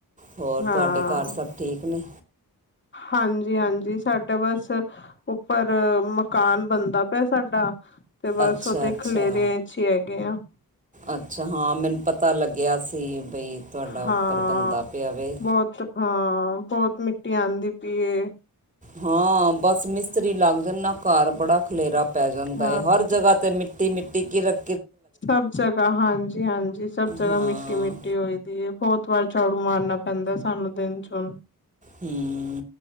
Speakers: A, on the right; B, on the left.
A: ਹੋਰ
B: ਹਾਂ
A: ਤੂਆਡੇ ਘਾਰ ਸਬ ਠੀਕ ਨੇ?
B: ਹਾਂਜੀ, ਹਾਂਜੀ ਸਾਡਾ ਬਾੱਸ ਉਪਰ ਮਕਾਨ ਬਨਦਾ ਪੇਆ ਸਾਡਾ ਤੇ ਬਸ
A: ਅੱਛਾ
B: ਓਦੇ
A: ਅੱਛਾ
B: ਖਲੇਰੇਆਂ ਇਚ ਈ ਹੈਗੇ ਆਂ।
A: ਅੱਛਾ, ਹਾਂ ਮੈਨ ਪਤਾ ਲਗੇਆ ਸੀ ਬਈ ਤੂਆਡਾ ਉਪਰ
B: ਹਾਂ
A: ਬੰਦਾ ਪੇਆਵੇ
B: ਬਹੁਤ ਹਾਂ, ਬੋਤ ਮਿੱਟੀ ਆਂਦੀ ਪੀਏ।
A: ਹਾਂ, ਬਸ ਮਿਸਤਰੀ ਲਾੱਗ ਜਨ ਨਾ ਘਾਰ ਬੜਾ ਖਲੇਰਾ ਪੈ ਜਾਂਦਾ
B: ਹਾਂ
A: ਏ ਹਰ ਜਗਾ ਤੇ ਮਿੱਟੀ, ਮਿੱਟੀ ਕੀਰਕ
B: ਸਬ ਜਗਾ ਹਾਂਜੀ, ਹਾਂਜੀ ਸਬ ਜਗਾ
A: ਹਾਂ
B: ਮਿੱਟੀ, ਮਿੱਟੀ। ਛੁਟੀ ਹੋਈ ਦੀ ਏ ਬੋਤ ਵਾਰ ਝਾੜੂ ਮਾਰਨਾ ਪੈਂਦਾ ਸਾਨੂੰ ਦਿਨ ਚ ਹੂਨ।
A: ਹੂੰ